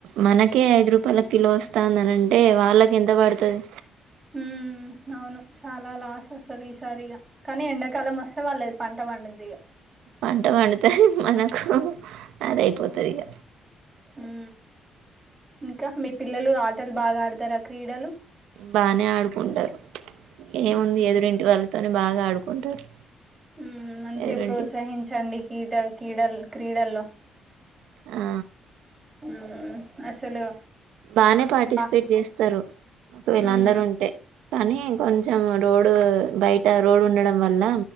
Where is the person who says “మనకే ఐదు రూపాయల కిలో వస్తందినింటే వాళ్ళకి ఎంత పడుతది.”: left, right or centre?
Right